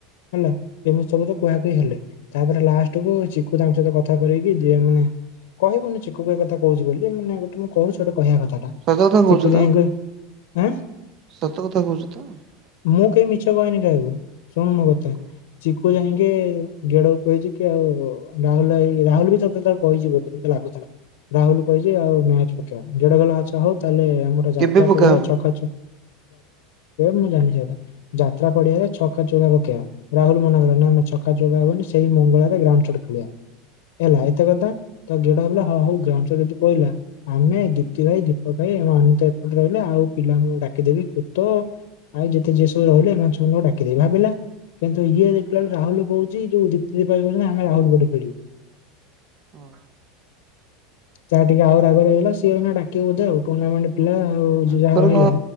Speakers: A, on the left; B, on the right.
A: ହେଲା ଏମିତି ସବୁ କୁହା ହେଲେ ତାପ <unintelligible> ଚିକୁ ତାଙ୍କ ସହିତ କଥା କରକି ଯିଏ ମାନେ କହିବୁନି ଚିକୁ ଏଇ କଥା କହୁଛି ବୋଲି ମାନ ଗୋଟେ ମୁଁ କହୁଛି କହିବା କଥାଟା,
B: ସତ କଥା କହୁଛୁ
A: ଚିକୁ ଯାଇ
B: ତ
A: କି ହଁ
B: ସତ କଥା କହୁଛୁ ତ ହଁ
A: ମୁଁ କେହି ମିଛ କହିନି କାହାକୁ ଶୁଣୁ ମୋ କଥା
B: ହଁ କୁହ।
A: ଚିକୁ
B: ହୁଁ
A: ଯାଇକି ଗେଡ କହିଛି କି ଆଉ ରାହୁଲଭାଇ ରାହୁଲ ବି ସତେ ତା କହିଛି ବୋତେ ମତେ ଲାଗୁଥିଲା <unintelligible> ରାହୁଲ
B: ହୁଁ
A: କହିଛି ଆଉ ମ୍ୟାଚ ପକେଇବା, ଗେଡ କହିଲା- ଆଛା ହଉ, ତାହେଲେ ମର ଯାତ୍ରା
B: କେବେ ପକାହବ?
A: ପଡିଆ ଚଛକାଛ ମୁଁ ଜାଣିଛି ଯାତ୍ରା ପଡିଆରେ ଛକା ଚଉକା ପକେଇବା, ରାହୁଲ ମନା କହିଲା ନା ଚକା ଚଉକା ହବନି ସେଇ ମଙ୍ଗଳ ଗ୍ରାଉଣ୍ଡ ଖେଳିବା ହେଲା ଏତେ କଥା ତ ଗେଡ ଭିଲ ହଁ ହଉ ଗ୍ରାମ ଯଦି କହିଲା ଆମେ ଦୀପ୍ତି ଭାଇ ଦୀପକ ଭାଇ <unintelligible> େ ତ ଏପଟ ରହିଲେ ଆଉିଲମାନଙ୍କୁ ଡକିଦେବିୁତ ଆଉ ଯେତେ ଯିଏ ସବୁ ରହିଲେ ଏମାନେଙ୍କୁ <unintelligible> ଭାବିଲା କିନ୍ତୁ ଇଏ ଦେଖିଲ ବେଳେ ରାହୁଲ କହୁଛି ଯୋଉ ଆମେ ରାହୁଲ ପଟେ ଖେଳିବୁ।
B: ହଁ
A: ଯାହା ଟିକେ ଆହୁର ରାଗରେ ହେଇଗଲା, ସିଏ ଡାକିବ ବୋଧେ ଆଉ ଟୁର୍ଣ୍ଣାମେଣ୍ଟ ପିଲା ଆଉ
B: ତାଙ୍କର
A: ଯାହା ରହିଲା